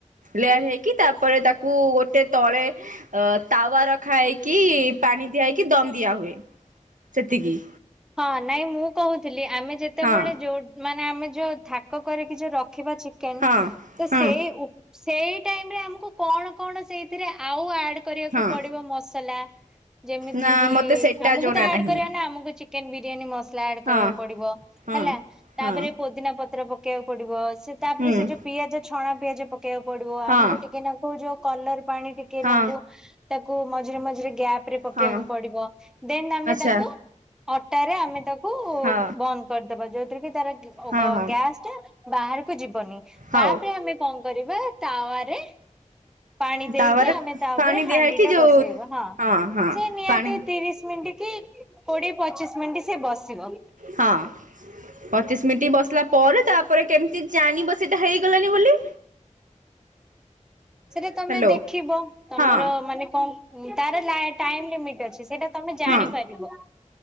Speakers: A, on the right (about 85°); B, in the centre.
A: ଲେୟାର୍ ହେଇକି ତାପରେ ତାକୁ ଗୋଟେ ତଳେ ଅ ତାୱା ରଖା ହେଇକି ପାଣି ଦିଆ ହେଇକି ଦମ୍ ଦିଆ ହୁଏ ସେତିକି।
B: ହଁ ନାଇଁ ମୁଁ କହୁଥିଲି ଆମେ ଯେତେବେଳେ
A: ହଁ
B: ଯୋଉ ମାନେ ଆମେ ଯୋଉ ଥାକ କରିକି ଯୋଉ ରଖିବା ଚିକେନ୍
A: ହଁ
B: ତ
A: ହଁ
B: ସେଇ ସେଇ ଟାଇମ୍ ରେ ଆମକୁ କଣ କଣ ସେଇଥିରେ ଆଉ ଆଡ୍ କରିବାକୁ
A: ହଁ।
B: ପଡିବ ମସଲା। ଯେମିତିକି
A: ନା ମତେ ସେଇଟା
B: ଆମୁକୁ
A: ଜଣା
B: ତ ଆଡ୍
A: ନାହିଁ
B: କରିବା ନା ଆମକୁ ଚିକେନ୍ ବିରିୟାନୀ ମସଲା ଆଡ଼୍
A: ହଁ
B: କରିବାକୁ ପଡ଼ିବ।
A: ହଁ
B: ହେଲା
A: ହଁ
B: ତାପରେ ପୋଦିନା ପତ୍ର ପକେଇବାକୁ ପଡିବ। ସେ ତାପରେ
A: ହୁଁ।
B: ସେ ଯୋଉ ପିଆଜ ଛଣା ପିଆଜ ପକେଇବାକୁ ପଡିବ।
A: ହଁ
B: ଆମକୁ ଟିକେ ନାକୁ ଯୋଉ କଲର୍ ପାଣି ଟିକେ
A: ହଁ
B: ନାକୁ ତାକୁ ମଝିରେ ମଝିରେ ଗ୍ୟାପ୍ ରେ ପକେଇବାକୁ
A: ହଁ
B: ପଡିବ। ଦେନ୍ ଆମେ
A: ଆଚ୍ଛା
B: ତାକୁ ଅଟାରେ ଆମେ ତାକୁ
A: ହଁ
B: ବନ୍ଦ କରିଦବା। ଯୋଉଥିରେ କି ତାର ଅ
A: ହଁ
B: ଗ
A: ହଁ
B: ଗ୍ୟାସ ଟା ବାହାରକୁ ଯିବନି।
A: ହଉ
B: ତାପରେ ଆମେ କଣ କରିବା ତାୱାରେ ପାଣି ଦେଇକି
A: ତାପରେ
B: ଆମେ ତା
A: ପାଣି
B: ଉପରେ
A: ଦିଆ
B: ହାଣ୍ଡି
A: ହେଇକି
B: ଟା
A: ଯୋଉ
B: ବସେଇବା। ହଁ
A: ହଁ
B: ସେ ନିହାତି
A: ପାଣି
B: ତିରିଶ ମିନିଟ୍ କି କୋଡିଏ ପଚିଶ ମିନିଟ୍ ସେ ବସିବ।
A: ହଁ, ପଚିଶ ମିନିଟ୍ ବସିଲା ପରେ ତାପରେ କେମିତି ଜାଣିବ ସେଇଟା ହେଇଗଲାଣି ବୋଲି?
B: ସେଇଟା
A: ହ୍ୟାଲୋ
B: ତମେ ଦେଖିବ। ତମର
A: ହଁ
B: ମାନେ କଣ ତାର ଲା ଟାଇମ୍ ଲିମିଟ ଅଛି। ସେଇଟା ତମେ ଜାଣିପାରିବ।
A: ହଁ